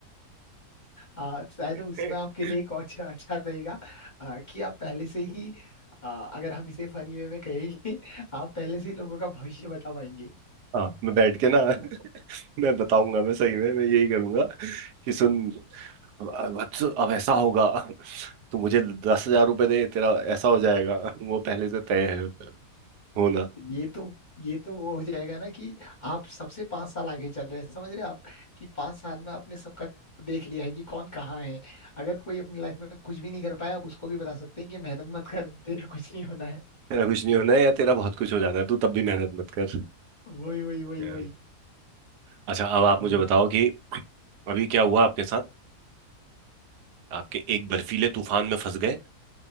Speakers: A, on the left (about 35°); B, on the right (about 80°).
A: आ, शायद
B: <laughs>
A: उसमें आपके लिए एक और अच्छा अच्छा रहेगा आ, कि आप पहले से ही आ, अगर हम इसे फनी वे में कहेंगे <laughs> आप पहले से ही लोगों का भविष्य बता पाएंगे
B: हाँ मैं बैठ के ना <laughs> मैं बताऊंगा मैं सही में मैं यही करूंगा कि सुन वत्स अब ऐसा होगा तो मुझे दस हजार रुपये दे तेरा ऐसा हो जाएगा वो पहले से तय है होना
A: ये तो ये तो वो हो जाएगा ना कि आप सबसे पांच साल आगे चल रहे हैं समझ रहे हैं आप कि पांच साल में आपने सबका देख लिया है कि कौन कहाँ है अगर कोई अपनी लाइफ में कुछ भी नहीं कर पाया आप उसको भी बता सकते हैं कि मेहनत मत कर तेरा कुछ नहीं होना है
B: तेरा कुछ नहीं होना है या तेरा बहुत कुछ हो जाना है तू तब भी मेहनत मत कर
A: वही वही वही
B: यार
A: वही
B: अच्छा अब आप
A: ओ
B: मुझे बताओ कि अभी क्या हुआ आपके साथ आपके एक बर्फीले तूफान में फंस गए